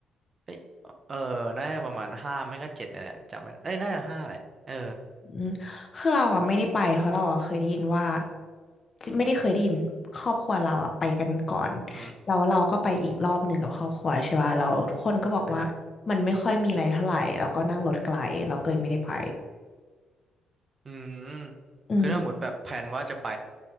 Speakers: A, on the right; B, on the left.
A: เอ้ยเออน่าจะประมาณห้าไม่ก็เจ็ดเนี่ยแหละจำไม่เอ้ยน่าจะห้าแหละเออ
B: อืมคือเราอ่ะไม่ได้ไปเพราะเราอ่ะเคยได้ยินว่าไม่ได้เคยได้ยินครอบครัวเราอ่ะไปกันก่อน
A: อืมอฮึ
B: แล้วเราก็ไปอีกรอบหนึ่งกับครอบครัวใช่ป่ะเราทุกคนก็บอกว่ามันไม่ค่อยมีอะไรเท่าไหร่เราก็นั่งรถไกลเราก็เลยไม่ได้ไป
A: อ่ะฮะอืม
B: อืม
A: คือถ้าหมดแบบแผนว่าจะไป